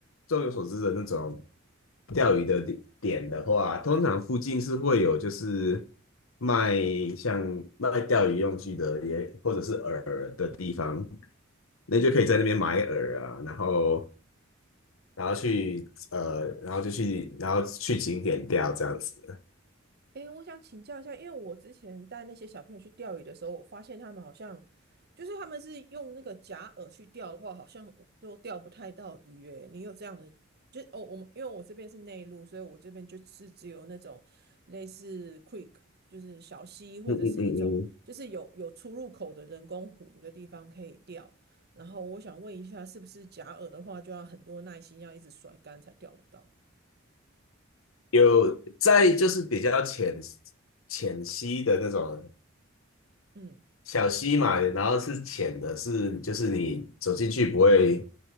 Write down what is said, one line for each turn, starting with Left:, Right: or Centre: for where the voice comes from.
Left: 众有所知的那种钓鱼的点点的话，通常附近是会有就是卖像卖钓鱼用具的也或者是饵的地方，那就可以在那边买饵啊，
Right: 嗯，
Left: 然后然后去呃，然后就去然后去景点钓这样子。
Right: 诶，我想请教一下，因为我之前带那些小朋友去钓鱼的时候，我发现他们好像，就是他们是用那个假饵去钓的话，好像我都钓不太到鱼。诶，你有这样的，就哦，我们因为我这边是内陆，所以我这边就是只有那种类似 q u i c k 就是小溪或者是一种就是有有出入口的人工湖的地方可以钓。
Left: 嗯嗯嗯嗯，
Right: 然后我想问一下，是不是假饵的话，就要很多耐心，要一直甩竿才钓得到？
Left: 有在就是比较浅浅溪的那种
Right: 嗯，
Left: 小溪嘛，然后是浅的是，就是你走进去不会